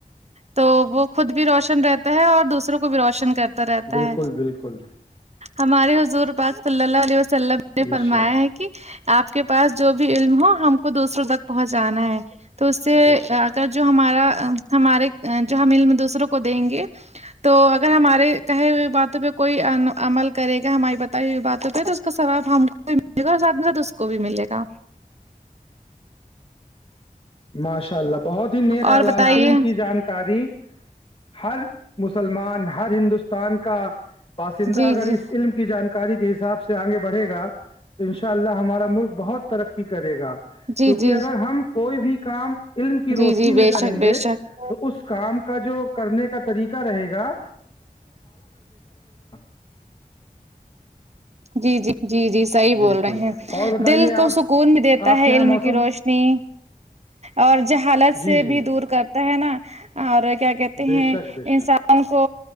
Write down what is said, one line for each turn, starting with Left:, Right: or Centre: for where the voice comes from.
Right: تو وہ خود بھی روشن رہتا ہے اور دوسروں کو بھی روشن کرتا رہتا
Left: بالکل
Right: ہے
Left: بالکل
Right: ہمارے حضور پاک صلی اللہ علیہ وسلم نے
Left: ماشاء
Right: فرمایا ہے کہ کہ آپ کے پاس جو بھی علم ہو ہم کو دوسروں تک پہنچانا ہے تو اس سے
Left: بے شک
Right: اگر جو ہمارا ہمارے جو ہم مل میں دوسروں کو دیں گے تو اگر ہمارے کہے ہوئے باتوں پہ کوئی عمل کرے گا ہماری بتائی ہوئی باتوں پہ تو کا سواب ہم کو بھی ملے گا اور ساتھ میں ساتھ اس کو بھی ملے گا
Left: ماشاء اللہ بہت ہی نئے خیال
Right: اور بتائیے
Left: ع کی جان کاری ہر مسلمان ہر ہندوستان کا باسندہ
Right: جی
Left: اگر
Right: جی
Left: اس علم کی جانکاری کے حساب سے آگے بڑھے گا تو ان شاء اللہ ہمارا ملک بہت ترقی کرے گا
Right: جی
Left: کیونکہ
Right: جی
Left: اگر ہم کوئی بھی کام علم کی
Right: جی
Left: روشنی
Right: جی بے
Left: میں کریں
Right: شک بے
Left: گے
Right: شک
Left: تو اس کام کا جو کرنے کا طریقہ رہے گا <inaudible>
Right: جی جی جی جی صحی بول
Left: بالکل
Right: رہے ہیں
Left: اور بتائیے
Right: دل
Left: آپ
Right: کو سکھ سکون بھی دیتا
Left: آپ
Right: ہے
Left: کے یہاں
Right: علم
Left: موسم
Right: کی روشنی اور ج حالت سے
Left: جی جی
Right: بھی دور کر ہے نا اور کیا کہتے ہیں
Left: بے شک بے
Right: انس
Left: شک
Right: کو